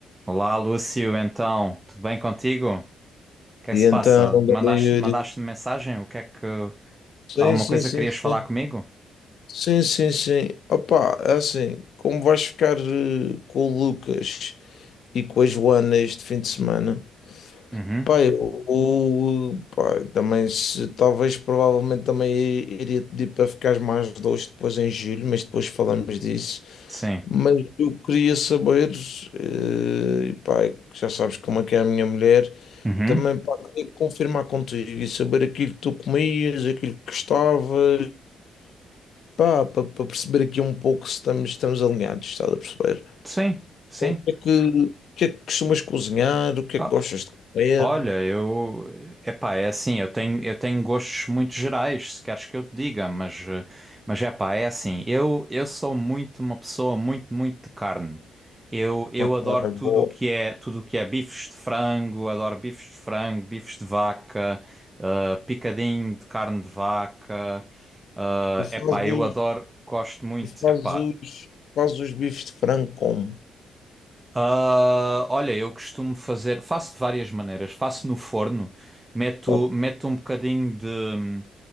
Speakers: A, on the right; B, on the left.
A: Olá, Lúcio, então, tudo bem contigo? O que é
B: E
A: que se
B: então,
A: passa? Mandaste,
B: ganda Yuri,
A: mandaste-me mensagem? O que é que...
B: sim,
A: Alguma
B: sim,
A: coisa
B: sim,
A: que querias
B: sim,
A: falar comigo?
B: sim, sim, sim, opa é assim, como vais ficar eh, com o Lucas e com a Joana este fim de semana?
A: Uhum,
B: Pá, eu, eu, pá, também, se, talvez, provavelmente também iria te pedir para ficares mais dois depois em julho, mas depois falamos disso.
A: sim.
B: Mas eu queria saber, eh, e pá, já sabes como é que é a minha mulher,
A: Uhum,
B: também pá, queria confirmar contigo e saber aquilo que tu comias, aquilo que gostavas, pá, para perceber aqui um pouco se estamos, estamos alinhados, estás a perceber?
A: sim, sim.
B: O que é que, o que é que costumas cozinhar, o que
A: Ah,
B: é que gostas de comer?
A: Olha, eu. Epá, é assim, eu tenho, eu tenho gostos muito gerais, se queres que eu te diga, mas, eh, mas epá, é assim, eu, eu sou muito uma pessoa muito, muito de carne. Eu, eu
B: Ok,
A: adoro tudo
B: boa.
A: o que é, tudo o que é bifes de frango, adoro bifes de frango, bifes de vaca, eh, picadinho de carne de vaca. eh,
B: E fazes,
A: epá, eu adoro, gosto muito,
B: e fazes,
A: epá.
B: fazes os bifes de frango como?
A: Ah, olha, eu costumo fazer, faço de várias maneiras. Faço no forno, meto,
B: Ok,
A: meto um bocadinho de,